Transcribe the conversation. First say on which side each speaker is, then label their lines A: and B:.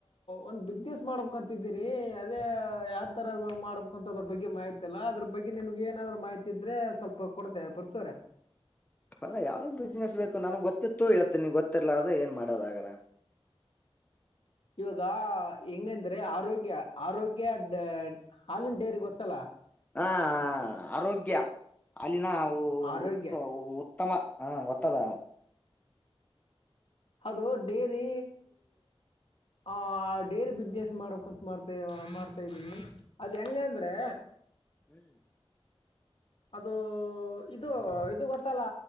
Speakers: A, on the left; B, on the left.
A: ಒಂದ್ ಬಿಸಿನೆಸ್ ಮಾಡ್ಬೇಕಂತಿದ್ದೀನಿ ಅದೇ ಯಾವ ತರ ಮಾಡ್ಬೇಕಂತ ಬಗ್ಗೆ ಮಾಹಿತಿ ಅಲ್ಲ ಅದ್ರ ಬಗ್ಗೆ ನಿನ್ಗೆ ಏನಾದ್ರೂ ಮಾಹಿತಿ ಇದ್ರೆ ಸ್ವಲ್ಪ ಕೊಡ್ತೆೇವೆ ಪರಶು ಅವ್ರೆ
B: ಅಲ್ಲ ಯಾವ್ದ್ ಬಿಸ್ನೆಸ್ ಬೇಕು ನನಗ್ ಗೊತ್ತಿತ್ತು ಹೇಳಿತೀನಿ ಗೊತ್ತಿರ್ಲ ಆದ್ರೆ ಏನ್ ಮಾಡೋದಾಗಲ್ಲ
A: ಇವಾಗ ಹೆಂಗಂದ್ರೆ ಆರೋಗ್ಯ ಆರೋಗ್ಯ ಹಾಲಿನ ಡೇರಿ ಗೊತ್ತಲ್ಲಾ
B: ಹ ಆರೋಗ್ಯ ಹಾಲಿನ
A: ಆರೋಗ್ಯ
B: ಉತ್ಪ ಉತ್ತಮ ಹಾ ಗೊತ್ತದ
A: ಅದು ಡೇರಿ ಆ ಡೇರಿ ಬಿಸ್ನೆಸ್ ಮಾಡ್ಕ್ಂತ ಮಾಡ್ದ್ ಮಾಡ್ತಾದೀನಿ ಅದ್ ಹೆಂಗಂದ್ರೇ.
B: ಹ್ಮ್
A: ಅದು ಇದು ಇದು ಗೊತ್ತಲ್ಲ